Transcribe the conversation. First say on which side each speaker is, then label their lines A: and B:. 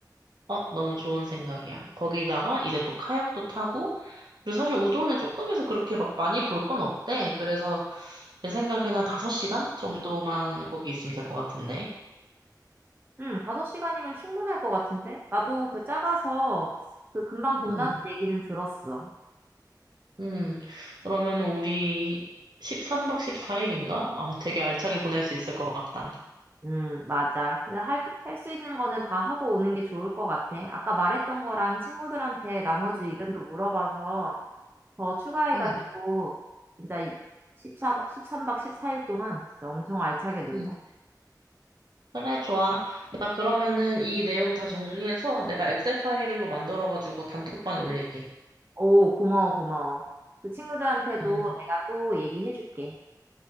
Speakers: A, on the right; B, on the right.
A: 어, 너무 좋은 생각이야. 거기다가 이제 또 카약도 타고, 그리고 사실 우도는 조금 해서 그렇게 막 많이 볼 건 없대. 그래서 내 생각에는 한 5시간 정도만 거기 있으면 될 것 같은데.
B: 응, 5시간이면 충분할 것 같은데? 나도 그 작아서 그 금방 본다는
A: 음,
B: 얘기는 들었어.
A: 음. 그러면 우리 13박 14일인가? 아, 되게 알차게 보낼 수 있을 것 같다.
B: 응, 맞아. 근데 할, 할 수 있는 거는 다 하고 오는 게 좋을 것 같아. 아까 말했던 거랑 친구들한테 나머지
A: 응,
B: 의견도 물어봐서 더 추가해가지고
A: 응,
B: 진짜 14, 13박 14일 동안 진짜 엄청 알차게 놀자.
A: 응. 그래, 좋아. 나 그러면은 이 내용 다 정리해서 내가 엑셀 파일로 만들어가지고 단톡방에 올릴게.
B: 오, 고마워, 고마워. 그 친구들한테도
A: 응,
B: 내가 또 얘기해줄게.